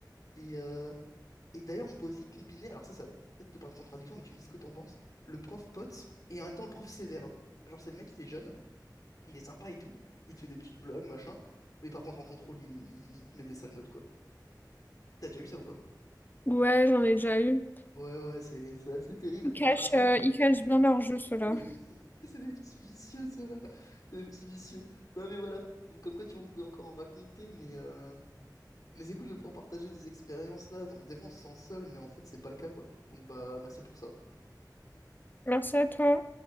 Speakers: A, on the left; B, on the left.
A: Et, euh, et d'ailleurs, on peut aussi combiner, alors ça, ça va peut-être te paraître contradiction, mais tu me dis ce que t'en penses, le prof pote et en même temps le prof sévère. Genre, c'est le mec, il est jeune, il est sympa et tout, il te fait des petites blagues, machin, mais par contre, en contrôle, il, il te met des sales notes, quoi. T'as déjà eu ça ou pas?
B: Ouais, j'en ai déjà eu.
A: Ouais, ouais, c'est c'est assez terrible.
B: Ils cachent,
A: C'est un peu.
B: euh, ils cachent bien leur jeu, ceux-là.
A: <laughs> C'est des petits vicieux, ceux-là. Des petits vicieux. Non, mais voilà. Donc, comme quoi, tu vois, on pourrait encore en raconter, mais, euh, mais c'est cool de pouvoir partager des expériences là. Donc, des fois, on se sent seul, mais en fait, c'est pas le cas, quoi. Donc, bah, merci pour ça.
B: Merci à toi.